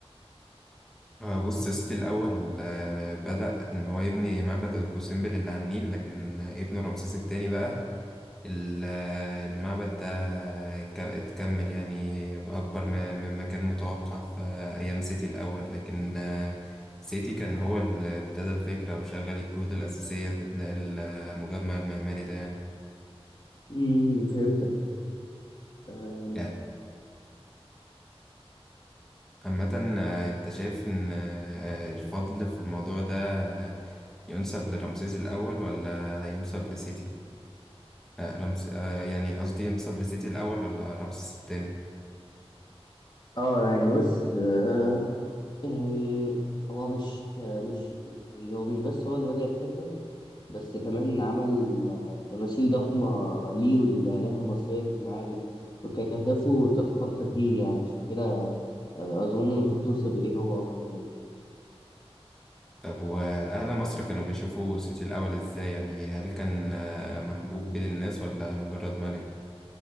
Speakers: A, in the centre; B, on the left.
A: آه، بص سيتي الأول آه، بدأ إن هو يبني معبد أبو سمبل اللي على النيل لكن ابنه رمسيس التاني بقى ال- المعبد ده ك- اتكمل يعني بأكبر ما- مما كان متوقع في أيام سيتي الأول لكن آه، سيتي كان هو اللي ابتدى الفكرة وشغل الجهود الأساسية في بناء المجمع المعماري ده يعني
B: امم فهمتك آم،
A: يعني عامة آه، أنت شايف إن آه، الفضل في الموضوع ده آه، ينسب لرمسيس الأول ولا ينسب لسيتي؟ آه، رمس... آه، يعني قصدي ينسب لسيتي الأول ولا رمسيس التاني؟
B: اه يعني بص آه يعني هو مش آه مش يعني هو مش بس هو اللي بدأ الفكرة بس كمان عمل آه تماثيل ضخمة ليه وللآلهة المصرية في المعابد وكانت أهدافه تتخطى الدين يعني عشان كده آه أظن المفروض تنسب إليه هو أكتر يعني.
A: طب وأهدى مصر كانوا بيشوفوا سيتي الأول إزاي يعني هل كان آه، محبوب بين الناس ولا مجرد ملك؟